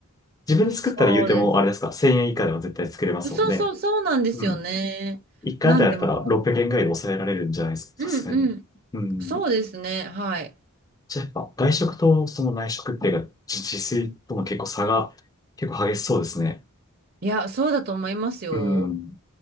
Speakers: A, on the left; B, on the right.
A: 自分で作ったら言うても、
B: そうです。
A: あれですか、1000円以下では絶対作れますもんね。
B: そうそう、そうなんですよね。
A: うん。1回あたりだったら600円ぐらいで抑えられるんじゃないですか、
B: なんでもう、
A: さすがに。
B: うんうん。
A: うん。
B: そうですね、はい。
A: じゃあやっぱ外食とその内食っていうか、自自炊との結構差が結構激しそうですね。
B: いや、そうだと思いますよ。
A: うん。